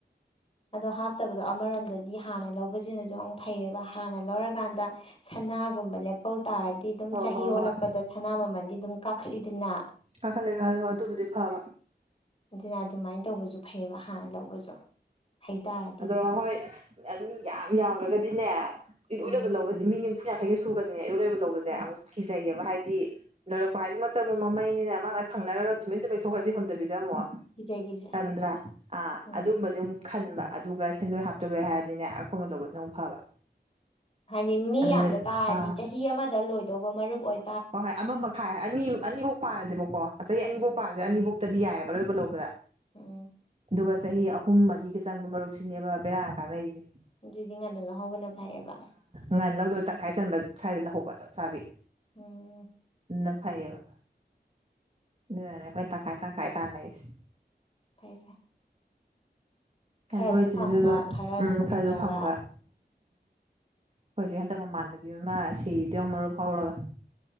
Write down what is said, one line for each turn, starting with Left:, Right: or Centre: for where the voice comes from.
Left: ꯑꯗꯣ ꯍꯥꯞꯇꯕꯗꯣ ꯑꯃꯔꯣꯝꯗꯗꯤ ꯍꯥꯟꯅ ꯂꯧꯕꯁꯤꯅꯁꯨ ꯑꯃꯨꯛ ꯐꯩꯌꯦꯕ ꯍꯥꯟꯅ ꯂꯧꯔꯀꯥꯟꯗ ꯁꯅꯥꯒꯨꯝꯕ ꯂꯦꯞꯄꯧ ꯇꯥꯔꯗꯤ ꯑꯗꯨꯝ
Right: ꯍꯣꯏ
Left: ꯆꯍꯤ
Right: ꯍꯣꯏ
Left: ꯑꯣꯜꯂꯛꯄꯗ
Right: ꯍꯣꯏ
Left: ꯁꯅꯥ ꯃꯃꯟꯗꯤ ꯑꯗꯨꯝ ꯀꯥꯈꯠꯂꯤꯗꯅ
Right: ꯀꯥꯈꯠꯂꯦ ꯀꯥꯈꯜꯂꯦ ꯍꯣ ꯑꯗꯨꯕꯨꯗꯤ ꯐꯕ
Left: ꯑꯗꯨꯅ ꯑꯗꯨꯃꯥꯏꯅ ꯇꯧꯕꯁꯨ ꯐꯩꯌꯦꯕ ꯍꯥꯟꯅ ꯂꯧꯕꯁꯨ ꯍꯩꯇꯥꯔ
Right: ꯑꯗꯣ ꯍꯣꯏ ꯃꯤ ꯌꯥꯝ ꯌꯥꯝꯈ꯭ꯔꯒꯗꯤꯅꯦ ꯏꯔꯣꯏ
Left: ꯎꯝ
Right: ꯂꯣꯏꯕ ꯂꯧꯕꯁꯤ ꯃꯤ ꯅꯤ ꯐꯨ ꯌꯥꯈꯩꯒ ꯁꯨꯒꯔ꯭ ꯗꯤꯅꯦ ꯏꯔꯣꯏ ꯂꯣꯏꯕ ꯂꯧꯕꯁꯦ
Left: ꯎꯝ
Right: ꯑꯃꯨꯛ ꯀꯤꯖꯩꯌꯦꯕ ꯍꯥꯏꯗꯤ ꯂꯣꯏꯔꯛꯄ ꯍꯥꯏꯁꯤꯃꯛꯇꯕꯨ ꯃꯃꯩꯅꯤꯅ ꯃꯥꯏ ꯃꯥꯏ ꯐꯪꯅꯔꯒ ꯇꯨꯃꯤꯟ ꯇꯨꯝꯃꯤꯟ ꯂꯩꯊꯣꯛꯈ꯭ꯔꯗꯤ ꯍꯨꯟꯗꯕꯤꯗ ꯑꯃꯨꯛ
Left: ꯀꯤꯖꯩ ꯀꯤꯖꯩ
Right: ꯆꯟꯗ꯭ꯔꯥ ꯑꯥ
Left: ꯎꯝ
Right: ꯑꯗꯨꯒꯨꯝꯕꯁꯦ ꯑꯃꯨꯛ ꯈꯟꯕ ꯑꯗꯨꯒ ꯁꯦꯟꯗꯣꯏ ꯍꯥꯞꯇꯕꯩ ꯍꯥꯏꯔꯗꯤꯅꯦ ꯑꯀꯣꯟꯕ ꯂꯧꯕꯖꯤꯅ ꯑꯃꯨꯛ ꯐꯕ
Left: ꯍꯥꯏꯗꯤ ꯃꯤ
Right: ꯑꯗꯨꯅ
Left: ꯌꯥꯝꯗ ꯇꯥꯔꯗꯤ
Right: ꯑꯥ
Left: ꯆꯍꯤ ꯑꯃꯗ ꯂꯣꯏꯗꯧꯕ ꯃꯔꯨꯞ ꯑꯣꯏ
Right: ꯍꯣꯏ ꯍꯣꯏ ꯑꯃ ꯃꯈꯥꯏ ꯑꯅꯤ ꯑꯅꯤꯐꯥꯎ ꯄꯥꯔꯁꯦꯕꯀꯣ ꯆꯍꯤ ꯑꯅꯤꯐꯥꯎ
Left: ꯎꯝ
Right: ꯄꯥꯔꯁꯦ ꯑꯅꯤꯐꯥꯎꯇꯗꯤ ꯌꯥꯏ ꯑꯕ ꯑꯔꯣꯏꯕ ꯂꯧꯕꯗ
Left: ꯎꯝ
Right: ꯑꯗꯨꯒ ꯆꯍꯤ ꯑꯍꯨꯝ ꯃꯔꯤꯒ ꯆꯪꯕ ꯃꯔꯨꯞꯁꯤꯅꯦꯕ ꯕꯦꯔꯥ ꯌꯥꯝ ꯀꯥꯟꯅꯔꯤꯁꯦ
Left: ꯑꯗꯨꯏꯗꯤ ꯉꯟꯅ ꯂꯧꯍꯧꯕꯅ ꯐꯩꯌꯦꯕ
Right: ꯉ ꯂꯧ <unintelligible> ꯇꯪꯈꯥꯏ ꯆꯟꯕ ꯁ꯭ꯋꯥꯏꯗ ꯂꯧꯍꯧꯕ ꯆꯞ ꯆꯥꯕꯤ
Left: ꯎꯝ
Right: ꯑꯗꯨꯅ ꯐꯩꯌꯦꯕ ꯑꯗꯨꯅꯅꯦ ꯑꯩꯈꯣꯏꯅ ꯇꯪꯈꯥꯏ ꯇꯪꯈꯥꯏ ꯇꯥꯟꯅꯩꯁꯦ
Left: ꯐꯩ ꯐꯩ ꯈꯔꯁꯨ
Right: ꯁꯦꯟꯗꯣꯏꯗꯨꯁꯨ
Left: ꯐꯪꯕ
Right: ꯑꯗꯨꯝ ꯎꯝ ꯈꯔꯁꯨ
Left: ꯍꯨꯟꯗꯕ
Right: ꯐꯪꯕ ꯑꯩꯈꯣꯏ ꯆꯦ ꯍꯟꯗꯛ ꯃꯃꯥꯟꯅꯕꯤ ꯑꯃ ꯁꯤꯔꯤꯖꯦ ꯌꯦꯡꯉꯣ ꯃꯔꯨꯞ ꯍꯧꯔꯒ